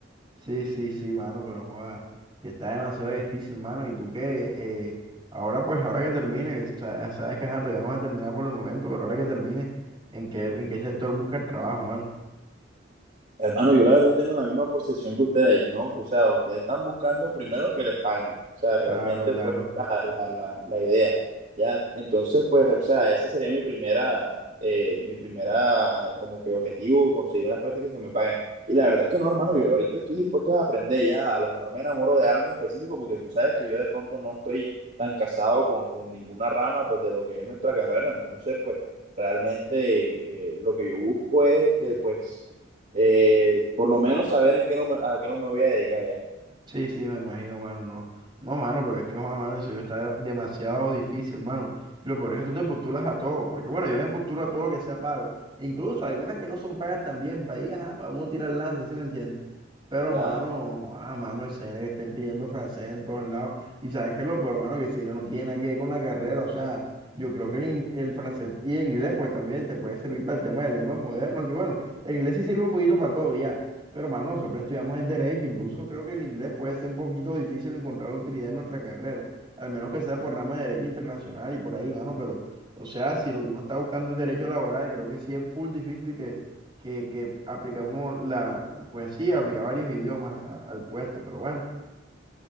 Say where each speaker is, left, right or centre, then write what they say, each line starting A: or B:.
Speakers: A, on the right; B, on the right.
A: Sí, sí, sí, mano, pero joda, sí está demasiado difícil, mano. Y tú que eh, ahora, pues, ahora que termine, que sa- sabes que ajá, todavía no vas a terminar por el momento, pero ahora que termine, ¿en qué, en qué sector buscas trabajo, mano?
B: Hermano, yo la verdad tengo la misma percepción que ustedes, ¿no? O sea, ustedes están buscando primero que les paguen, o sea, realmente
A: Claro, claro.
B: pues la, la, la- la idea, ¿ya? Entonces, pues, o sea, esa sería mi primera, eh, mi primera como que objetivo, conseguir unas prácticas que me paguen. Y la verdad es que no, hermano, yo ahorita estoy dispuesto a aprender ya, a lo mejor me enamoro de algo en específico porque tú sabes que yo de pronto no estoy tan casado con, con ninguna rama pues de lo que es nuestra carrera, entonces pues realmente eh, lo que yo busco es este, pues eh, por lo menos saber en qué no me, a qué no me voy a dedicar ya.
A: Sí, sí, me imagino, mano, no. No, mano, pero es que, joda, mano, en serio está de- demasiado difícil, mano. Y lo peor es que tú te postulas a todo, porque bueno, yo me postulo a todo lo que sea pago. Incluso algunas que no son pagas también, para ahí, ajá, para uno tirar lance, ¿sí me entiendes? Pero,
B: Claro.
A: mano, ah, mano, esa vaina que estén pidiendo francés en todos lados. Y sabes qué es lo peor, mano, que si no no tiene nada que ver con la carrera. O sea, yo creo que el, in- el francés y el inglés, pues también te puede servir para el tema de lenguas modernas. Que bueno, el inglés sí sirve un poquito para todo ya. Pero, mano, nosotros estudiamos el derecho. Incluso creo que el inglés puede ser un poquito difícil encontrar la utilidad en nuestra carrera. Al menos que sea por rama de derecho internacional y por ahí, mano. Pero, o sea, si lo que uno está buscando es derecho laboral, creo que sí es full difícil que, que aplica uno la, pues sí, aplica varios idiomas a- al puesto, pero bueno,